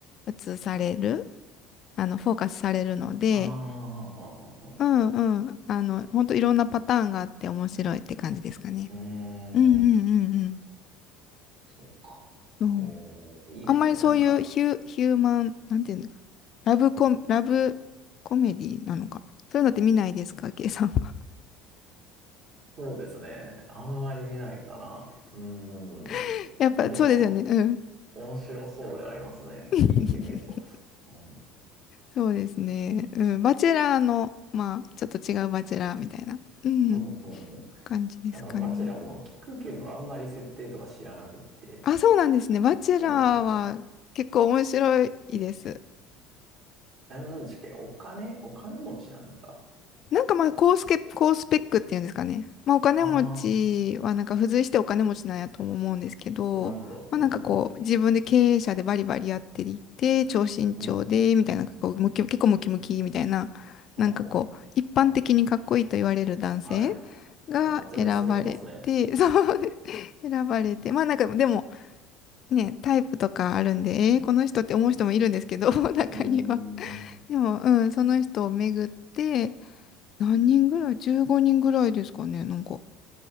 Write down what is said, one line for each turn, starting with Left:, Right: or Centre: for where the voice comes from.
Left: 映される、あの、フォーカスされるので、
Right: ああ、はんはんはんはん。
Left: うんうん。あの、ほんといろんなパターンがあって面白いって感じですかね。
Right: うー
Left: うんうんうんうん。
Right: ん。そっかえー、
Left: そう
Right: いいですね、
Left: あんまりそういうヒュ、
Right: なんか。
Left: ヒューマン、なんていうのラブコ、ラブコメディなのか。そういうのって見ないですか、ケイさんは。
Right: そうですね。あんまり見ないかな。うーん。
Left: <laughs> やっぱそうですよね。
Right: あ、でも、
Left: うん。
Right: 面白そうではありますね。
Left: <laughs>
Right: 聞いてみると。うん。う
Left: そうですね。うん。バチェラーの、まあ、ちょっと違うバチェラーみたいな、うん、
Right: ん、うん、うん。
Left: 感じですかね。
Right: なんか、バチェラーも聞くけど、あんまり設定とか知らなくって。
Left: あ、そうなんですね。バチェラーは結構面白いです。
Right: そうなんですよ。え、なんでしたっけお金、お金持ちなんですか
Left: なんかまあ高スケ、高スペックっていうんですかね。まあお金持ちはなんか付随してお金持ちなんやとも思うんですけど、
Right: ああー、なるほど。
Left: まあなんかこう自分で経営者でバリバリやっていて、
Right: うんうん。
Left: 超身長で、
Right: うん。
Left: みたいな、なんかこうムキ、結構ムキムキみたいな、
Right: ほうほう。
Left: なんかこう一般的にかっこいいと言われる男性
Right: はい。
Left: が選ばれて、
Right: なんか全部揃ってますね。
Left: <laughs> そう、<laughs> 選ばれて、まあなんかでもね、タイプとかあるんで、えーこの人って思う人もいるんですけど、<laughs> 中には。
Right: うーん。
Left: でも、うん、その人を巡って、何人ぐらい ?15 人ぐらいですかね。なんか、